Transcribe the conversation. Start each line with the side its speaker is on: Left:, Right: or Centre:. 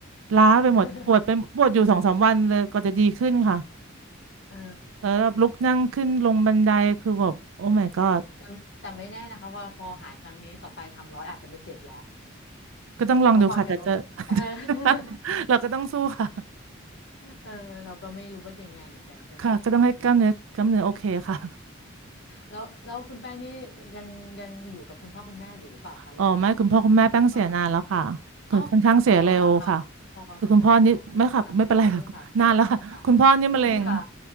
Right: ล้าไปหมดปวดไปปวดอยู่สองสามวันเลยก็จะดีขึ้นค่ะ
Left: <laughs> เออ
Right: แล้วแบบลุกนั่งขึ้นลงบันไดคือแบบโอ้ my
Left: แต่แต่แต่ไม่แน่นะคะว่าพอหายครั้งนี้ต่อไปทำร้อยอาจจะไม่เจ็บแล้ว
Right: god ก็ต้องลองดูค่ะแต่จะ
Left: เพราะความแข็ง <laughs> เออ
Right: <laughs> เราก็ต้องสู้ค่ะ
Left: เออเราก็ไม่รู้ว่ายังไงเหมือนกันใช่ไหมคะเออ
Right: ค่ะก็ต้องให้กล้ามเนื้อกล้ามเนื้อโอเคค่ะ
Left: แล้วแล้วคุณแป้งนี่ยังยังอยู่กับคุณพ่อคุณแม่อยู่หรือเปล่าคะหรือยังไงเอ่ยหรือว่า
Right: อ๋อไม่คุณพ่อคุณแม่แป้งเสียนานแล้วค่ะคือค่อนข้างเสียเร็วค่ะ
Left: อ๋ออ๋อเหรอคะอ๋อขอโทษโอ้โอ้
Right: คือคุณพ่อนี่ไม่ค่ะไม่เป็นไรค่ะ
Left: ค่ะเสียใจด้วยค่ะค่ะค่ะ
Right: <laughs> นานแล้วค่ะคุณพ่อนี่มะเร็ง
Left: <laughs> ค่ะ